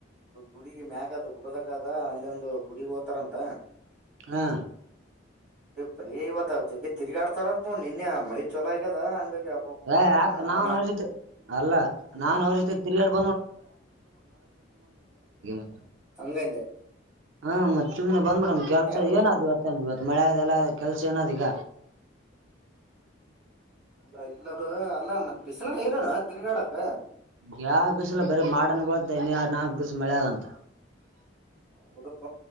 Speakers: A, in the centre; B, on the right.
A: ಗುಡಿ ಈ ಮ್ಯಾಗ ಅದು ಗುಡ್ದಾಗ ಅದ ಅಲ್ಲಿೊಂದು ಗುಡಿ ಹೋತಾರಂತ
B: ಹಾ
A: ಏ ಇವತ್ತ ಜಗ್ಗೆ ತಿರ್ಗಾಡ್ತಾರಂತ ನಿನ್ನೆ ಮಳಿ ಚೊಲೋ ಆಗ್ಯದ ಹಂಗಾಗಿ ಅಬ್ಬಬ್ಬಬ್ಬ
B: ಏ ಯಾಕ್ ನಾವನ್ ಅವ್ರ ಜೊತೆ ಅಲ್ಲಾ
A: ಹ್ಮ್
B: ನಾನ್ ಅವ್ರ ಜೊತೆ ತಿರುಗಾಡ್ <unintelligible>
A: ಹಂಗಂದ್ಯಾ
B: ಹ್ಮ ಮತ್ ಸುಮ್ನೆ ಬಂದ್ ಬಿಡಮ್ ಕೆಲ್ಸ
A: ಮತ್ತೆ
B: ಏನಾದ್ವತ್ತ ಮಳ್ಯಾದೆಲ್ಲ ಕೆಲಸ ಏನದೀಗ
A: ಅ ಇಲ್ಲ ಬ್ರೋ ಅಲ್ಲಾ ಮತ್ ಬಿಸಿಲರೇನಣ್ಣ ತಿರ್ಗಾಡಕ್ಕ
B: ಯಾ ಬಿಸಿಲ ಬರೀ ಮಾಡಾನ ಬೀಳತ ಇನ ಯಾಡ್ ನಾಲ್ಕು ದಿವ್ಸ ಮಳೆ ಅದಂತ
A: ಹೌದಪ್ಪ